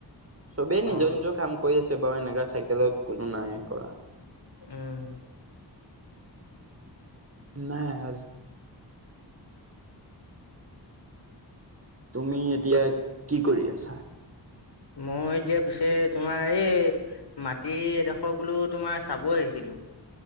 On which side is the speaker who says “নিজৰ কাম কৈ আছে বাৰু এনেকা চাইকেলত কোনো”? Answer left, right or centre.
Right